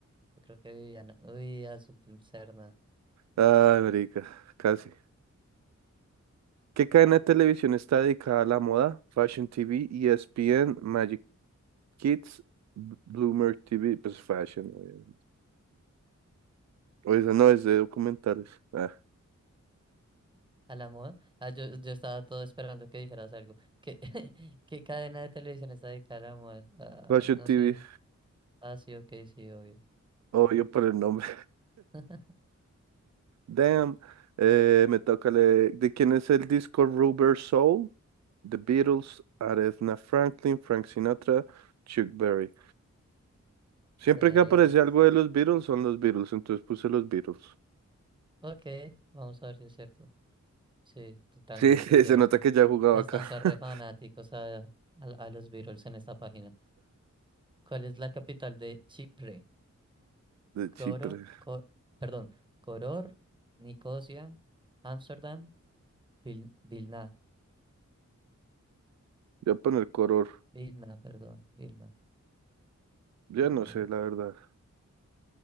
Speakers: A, on the right; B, on the right.
A: Yo creo que Viviana, uy, Asunción Serna.
B: Ay, marica, casi. ¿Qué cadena de televisión está dedicada a la moda? Fashion TV, ESPN, Magic Kids, B- Bloomer TV, pues Fashion, obviamente. O esa no es de documentales. Ah,
A: A la moda. Ah, yo, yo estaba todo esperando que dijeras algo. ¿Qué, <laughs> qué cadena de televisión está dedicada a la moda?
B: Fashion
A: Ay, no
B: TV,
A: sé. Ah, sí, ok, sí, obvio.
B: obvio por el nombre.
A: <laughs>
B: Damn. Eh, me toca le- ¿De quién es el disco Rubber Soul? The Beatles, Aretha Franklin, Frank Sinatra, Chuck Berry. Siempre
A: Darets.
B: que aparece algo de los Beatles son los Beatles, entonces puse los Beatles.
A: Ok, vamos a ver si es cierto. Sí, totalmente
B: Sí, <laughs>
A: cierto.
B: se nota que ya jugaba
A: Están
B: acá.
A: ser re
B: <laughs>
A: fanáticos a, a, a los Beatles en esta página. ¿Cuál es la capital de Chipre?
B: De
A: Coro,
B: Chipre.
A: co- perdón, Coror, Nicosia, Ámsterdam, Vil- Vilna.
B: Voy a poner color.
A: Vilna, perdón, Vilna.
B: Yo
A: Eh,
B: no sé, la verdad.